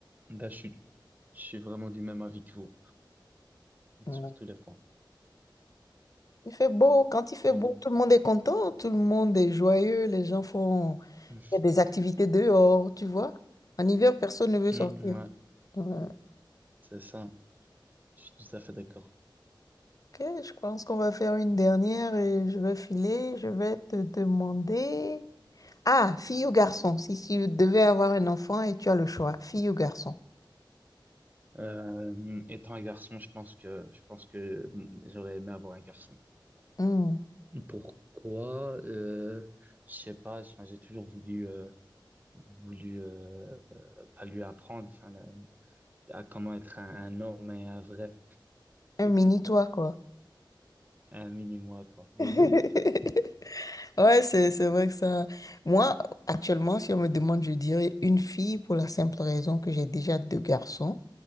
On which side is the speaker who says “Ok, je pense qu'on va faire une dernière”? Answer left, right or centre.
Left